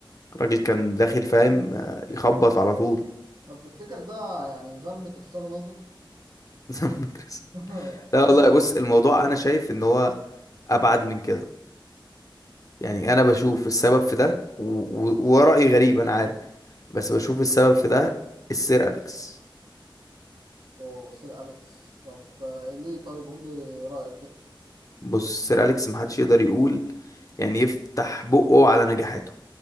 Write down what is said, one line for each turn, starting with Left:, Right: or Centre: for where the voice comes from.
Left: الراجل كان داخل فاهم آه، يخبط على طول
Right: طب تفتكر ده يعني ذنب كريستيانو رونالدو؟
Left: <laughs> زي ما بنكرس.
Right: <laughs>
Left: لا والله بص الموضوع انا شايف ان هو ابعد من كده يعني انا بشوف السبب في ده و- و- ورأيي غريب انا عارف بس بشوف السبب في ده السير اليكس
Right: اوه سير أليكس طب آه، ليه طيب قول لي رأيك كده
Left: بص السير اليكس محدش يقدر يقول يعني يفتح بقه على نجاحاته